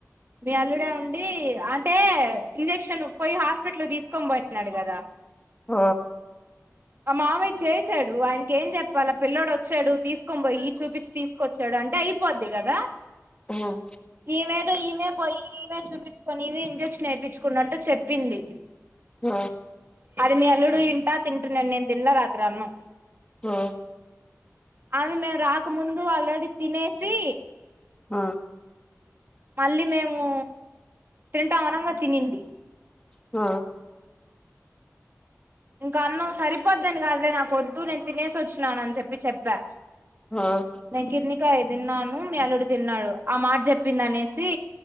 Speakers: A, on the right; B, on the left.
A: మీ అల్లుడే ఉండి అంటే ఇంజెక్షన్ పోయి హాస్పిటల్ తీసుకొని పోయినాడు కదా
B: ఆ
A: ఆ మావయ్య చేశాడు ఆయనకి ఏం చెప్పాలి పిల్ల ఒచ్చాడు తీసుకొని పోయి చూపిచ్చి తీసుకొచ్చాడు అంటే అయిపోద్ది కదా
B: ఉమ్
A: ఈమేదో ఈమే పోయి ఇమె చూపించుకుని ఈమే ఇంజెట్ జెక్షన్ ఏపించుకున్నట్టు చెప్పింది
B: ఉమ్
A: అది మీ అల్లుడు ఇంటా తింట టున్నడు నేను తిన్లే రాత్రి అన్నం
B: ఉమ్ ఉమ్
A: అవి మేము రాకముందు ఆల్రెడీ తినేసి
B: అ
A: మళ్ళీ మేము తింటాం అనంగా తినింది
B: ఆ
A: ఇంకా అన్నం సరిపోద్దని కాదులే నాకు వద్దు నేను తినేసి వచ్చున్నాను అని చెప్పి చెప్పా
B: ఉమ్ ఉమ్ ఉమ్ ఉమ్
A: నే కిర్నికాయ దిన్నాను మీ అల్లుడి తిన్నాడు ఆ మాట చెప్పింది అనేసి